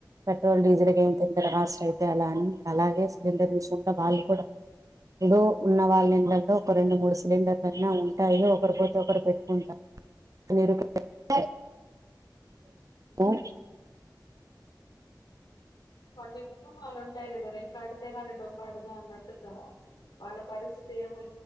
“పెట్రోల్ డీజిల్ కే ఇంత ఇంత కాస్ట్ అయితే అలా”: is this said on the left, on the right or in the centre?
Right